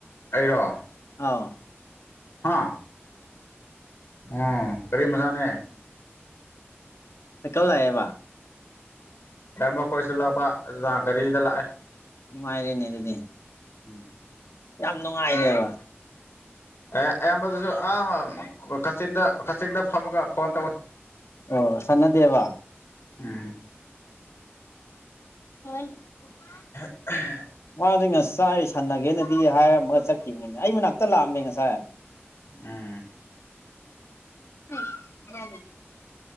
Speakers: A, on the left; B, on the left.
A: ꯑꯩꯔꯣ
B: ꯑꯥ
A: ꯍꯥ ꯑꯣ ꯒꯔꯤ ꯃꯆꯥꯥꯅꯦ
B: ꯁꯥꯏꯀꯜ ꯂꯥꯛꯑꯦꯕ
A: <unintelligible> ꯇꯃ ꯈꯣꯏꯁꯨ ꯂꯥꯛꯄ ꯑꯗꯨꯅ ꯒꯔꯤꯗ ꯂꯥꯛꯑ‌ꯦ
B: ꯅꯨꯡꯉꯥꯏꯔ‌ꯦꯅꯦ ꯑꯗꯨꯗꯤ
A: ꯎꯝ
B: ꯌꯥꯝ ꯅꯨꯡꯉꯥꯏꯔꯦꯕ
A: ꯑꯦ ꯑꯌꯥꯝꯕꯗꯨꯁꯨ ꯑꯍ ꯑꯝ ꯀꯥꯆꯤꯟꯗ ꯀꯥꯆꯤꯟꯗ ꯐꯝꯃꯒ ꯐꯣꯟ ꯇꯧꯏ
B: ꯑꯣ ꯁꯥꯟꯅꯗꯦꯕ
A: ꯎꯝ
B: ꯃꯣꯏ <unintelligible>
A: <inaudible>
B: ꯃꯥꯗꯤ ꯉꯁꯥꯏ ꯁꯟꯅꯒꯦꯅꯗꯤ ꯍꯥꯏꯔꯝꯃꯒ ꯆꯠꯈꯤꯕꯅꯤꯅꯦ ꯑꯩ ꯃꯅꯥꯛꯇ ꯂꯥꯛꯑꯝꯃꯦ ꯉꯁꯥꯏ
A: ꯎꯝ
B: <unintelligible>